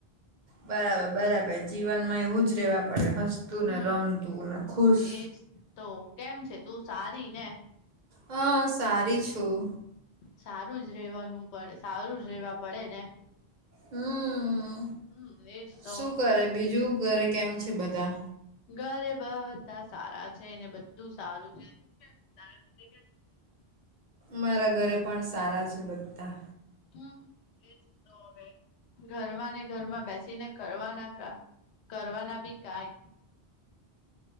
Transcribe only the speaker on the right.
બરાબર બરાબર જીવન માં એવું જ રહેેવા પડે હસતું
ને રમતું ને ખુશ.
હા સારી છું.
હમ
શું કરે બીજું ઘરે કેમ છે બધા?
મારા ઘરે પણ સારા છે બધા.